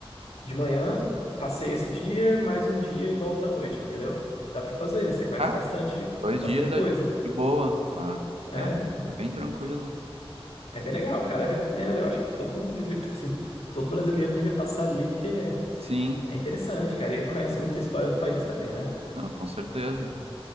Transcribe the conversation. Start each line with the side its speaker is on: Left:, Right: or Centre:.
Left: de manhã, passei esse dia, mais um dia e volta à noite, entendeu? Dá pra fazer, você conhece
Right: Ah,
Left: bastante,
Right: dois
Left: bastante
Right: dias
Left: coisa.
Right: é de boa. Ah,
Left: É.
Right: tá. É bem tranquilo.
Left: É bem legal, cara. Eu recomendo. Eu acho que todo mundo devia, tipo assim, todo brasileiro devia passar ali, porque
Right: Sim,
Left: é interessante, cara. E conhece muito a história do país também, né?
Right: não, com certeza.